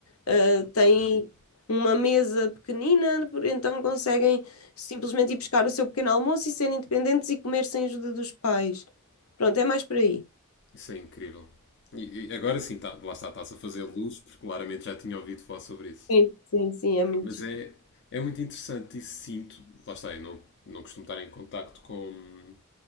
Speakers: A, on the left (about 85°); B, on the left (about 55°).
A: Ah, têm
B: Uhum.
A: uma mesa pequenina, por- então conseguem simplesmente ir buscar o seu pequeno almoço e serem independentes e comer sem ajuda dos pais. Pronto, é mais por aí.
B: Isso é incrível. E, e agora sim, tá, lá está, está-se a fazer luz, porque claramente já tinha ouvido falar sobre isso.
A: Sim, sim, sim, é muito.
B: Mas
A: giro.
B: é, é muito interessante e sinto, lá está, eu não, não costumo estar em contacto com,